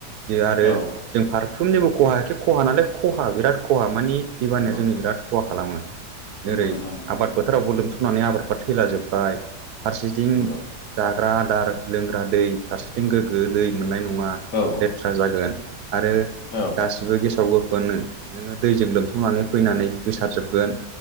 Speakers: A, on the right; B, on the left.
A: बे आरो
B: औ
A: जों फारफ्रोमनिबो खहायाखि खहा नालाय खहा बिराद खहा मानि दैबानया
B: नंगौ
A: जोंनि बिराद खहा खालामो। जेरै
B: नंगौ नोंथां नंगौ
A: आबाद फोथारावबो लोमसावनानै आबादफ्रा थैला जोबबाय। फारसेथिं
B: नंगौ
A: जाग्रा आदार लोंग्रा दै फारसेथिं गोग्गो दै मोननाय नङा।
B: औ
A: र्थ जागोन आरो
B: औ
A: गासिबो गेसाव गोफोन नोङो दैजों लोमसाव संनानै फैनानै गोसारजोबगोन